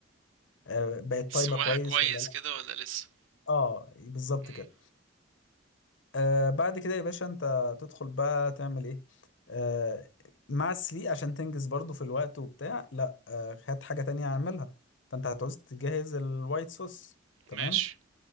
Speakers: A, on the left (about 70°); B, on the right (about 80°).
A: آه، بقت
B: سواها
A: طيبة كويس
B: كويس
A: ولا لا
B: كده ولا لسه
A: اه بالظبط
B: مم.
A: كده آه بعد كده يا باشا انت تدخل بقى تعمل ايه آه مع السليق عشان تنجز برضو في الوقت وبتاع لا آه هات حاجة تانية اعملها فانت هتعوز تجهز الوايت صوص تمام
B: ماشي